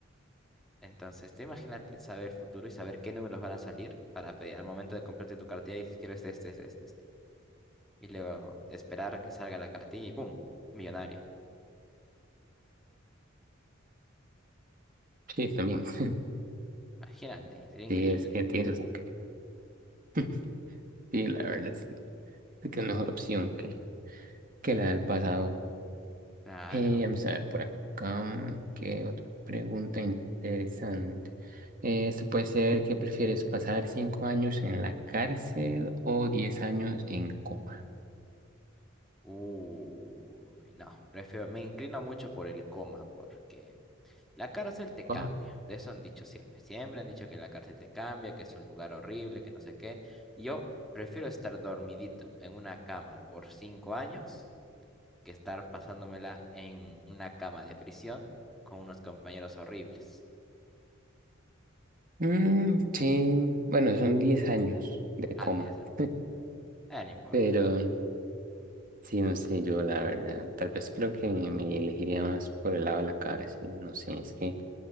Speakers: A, in the centre; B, on the right.
A: Entonces, tú imagínate saber el futuro y saber qué números van a salir para pe- al momento de comprarte tu cartilla y dices, quiero este, este, este, este, este. Y luego esperar que salga la cartilla y ¡pum! Millonario.
B: Sí, también. <laughs>
A: Imagínate, sería increíble.
B: Sí, es que tienes eso. <laughs> Sí, la verdad sí, creo que es mejor opción que, que la del pasado.
A: Claro.
B: Eh, vamos a ver por acá, qué otra pregunta interesante. Eh, esto puede ser, ¿qué prefieres, pasar cinco años en la cárcel o diez años en coma?
A: Uy, no, prefiero, me inclino mucho por el coma porque La cárcel te cambia,
B: Coma.
A: de eso han dicho siempre. Siempre han dicho que la cárcel te cambia, que es un lugar horrible, que no sé qué. Yo prefiero estar dormidito en una cama por cinco años que estar pasándomela en una cama de prisión con unos compañeros horribles.
B: Mm, sí, bueno, son diez años de
A: Ah,
B: coma,
A: 10 años.
B: <laughs>
A: Ah, no importa.
B: pero sí, no sé, yo la verdad, tal vez creo que me elegiría más por el lado de la cárcel, no sé, es que